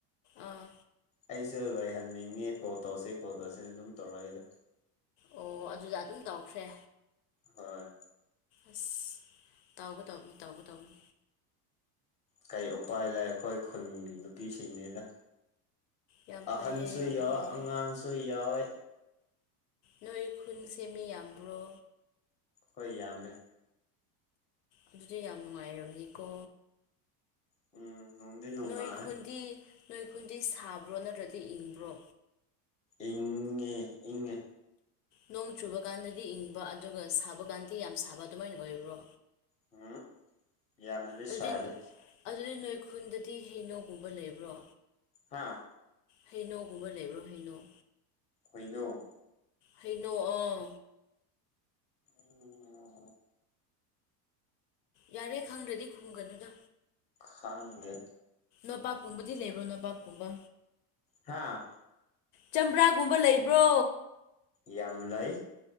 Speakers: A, on the left (about 85°); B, on the left (about 15°).
A: ꯑꯥ
B: ꯑꯩꯁꯨ ꯂꯣꯏꯍꯟꯅꯤꯡꯉꯤ ꯀꯣꯜ ꯇꯧꯁꯤ ꯀꯣꯜ ꯇꯧꯁꯤꯅ ꯑꯗꯨꯝ ꯇꯧꯔꯛꯏꯗ
A: ꯑꯣ ꯑꯗꯨꯗ ꯑꯗꯨꯝ ꯇꯧꯈ꯭ꯔꯦ
B: ꯍꯣꯏ
A: ꯑꯁ ꯇꯧꯒꯗꯧꯅꯤ ꯇꯧꯒꯗꯧꯅꯤ
B: ꯀꯔꯤ ꯎꯄꯥꯏ ꯂꯩ ꯑꯩꯈꯣꯏ ꯈꯨꯟꯒꯤ ꯅꯨꯄꯤꯁꯤꯡꯅꯦꯗ
A: ꯌꯥꯝ ꯐꯩꯌꯦ
B: ꯑꯍꯟꯁꯨ
A: ꯌꯥꯝ
B: ꯌꯥꯎ
A: ꯐꯩꯌꯦ
B: ꯑꯉꯥꯡꯁꯨ ꯌꯥꯎꯏ
A: ꯅꯣꯏ ꯈꯨꯟ ꯁꯦ ꯃꯤ ꯌꯥꯝꯕ꯭ꯔꯣ
B: ꯍꯣꯏ ꯌꯥꯝꯃꯦ
A: ꯑꯗꯨꯗꯤ ꯌꯥꯝ ꯅꯨꯡꯉꯥꯏꯔꯝꯅꯤꯀꯣ
B: ꯎꯝ ꯅꯨꯡꯗꯤ ꯅꯨꯡꯉꯥꯏ
A: ꯅꯣꯏ ꯈꯨꯟꯗꯤ ꯅꯣꯏ ꯈꯨꯨꯟꯗꯤ ꯁꯥꯕ꯭ꯔꯣ ꯅꯠꯇ꯭ꯔꯗꯤ ꯏꯪꯕ꯭ꯔꯣ
B: ꯏꯪꯉꯦ ꯏꯪꯉꯦ
A: ꯅꯣꯡ ꯆꯨꯕ ꯀꯥꯟꯗꯗꯤ ꯏꯪꯕ ꯑꯗꯨꯒ ꯁꯥꯕ ꯀꯥꯟꯗꯤ ꯌꯥꯝ ꯁꯥꯕ ꯑꯗꯨꯃꯥꯏꯅ ꯑꯣꯏꯕ꯭ꯔꯣ
B: ꯍꯨꯝ ꯌꯥꯝꯅꯗꯤ ꯁꯥꯗꯦ
A: ꯑꯗꯨꯗꯤ ꯑꯗꯨꯗꯤ ꯅꯣꯏ ꯈꯨꯟꯗꯗꯤ ꯍꯩꯅꯣꯒꯨꯝꯕ ꯂꯩꯕ꯭ꯔꯣ
B: ꯍꯥꯥ
A: ꯍꯩꯅꯧꯒꯨꯝꯕ ꯂꯩꯕ꯭ꯔꯣ ꯍꯩꯅꯧ
B: ꯍꯩꯅꯧ
A: ꯍꯩꯅꯧ ꯑꯣ
B: ꯎꯝ <unintelligible>
A: ꯌꯥꯔꯦ ꯈꯪꯗ꯭ꯔꯗꯤ ꯈꯨꯝꯒꯅꯨꯗ
B: ꯈꯪꯗ꯭ꯔꯦ
A: ꯅꯣꯄꯥꯛꯀꯨꯝꯕꯗꯤ ꯂꯩꯕ꯭ꯔꯣ ꯅꯣꯕꯥꯞꯀꯨꯝꯕ
B: ꯍꯥꯥ
A: ꯆꯝꯄ꯭ꯔꯥꯒꯨꯝꯕ ꯂꯩꯕ꯭ꯔꯣ
B: ꯌꯥꯝ ꯂꯩ